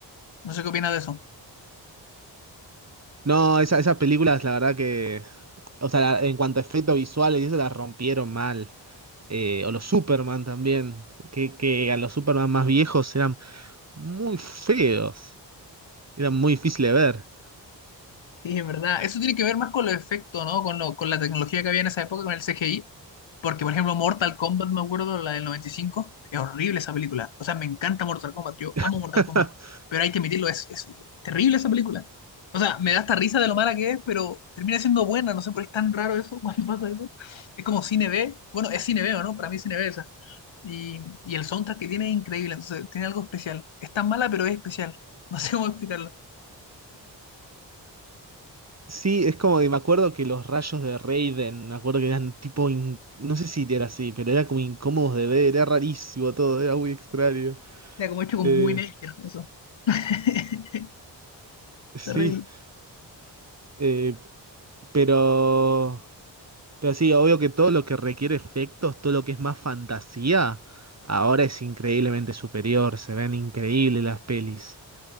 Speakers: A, on the left; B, on the right.
A: No sé qué opinas de eso.
B: No, esa, esas películas, la verdad que. O sea, la- en cuanto a efectos visuales, y eso las rompieron mal. Eh, o los Superman también. Que, que a los Superman más viejos eran muy feos. Eran muy difíciles de ver.
A: Sí, es verdad. Eso tiene que ver más con los efectos, ¿no? Con, lo- con la tecnología que había en esa época, con el CGI. Porque, por ejemplo, Mortal Kombat, me acuerdo, la del 95, es horrible esa película. O sea, me encanta Mortal Kombat, yo amo
B: <laughs>
A: Mortal Kombat. Pero hay que admitirlo, es, es- es terrible esa película. O sea, me da hasta risa de lo mala que es, pero termina siendo buena. No sé por qué es tan raro eso, <laughs> cuando pasa eso. Es como cine B. Bueno, es cine B, ¿o no? Para mí es cine B esa. Y, y el soundtrack que tiene es increíble, entonces tiene algo especial. Es tan mala, pero es especial. <laughs> No sé cómo explicarlo.
B: Sí, es como que me acuerdo que los rayos de Raiden, me acuerdo que eran tipo, in- no sé si era así, pero era como incómodos de ver, era rarísimo todo, era muy extraño.
A: Ya, como hecho
B: Eh,
A: con muy Maker, eso. <laughs>
B: sí,
A: Terrible.
B: eh, pero, pero sí, obvio que todo lo que requiere efectos, todo lo que es más fantasía, ahora es increíblemente superior, se ven increíbles las pelis.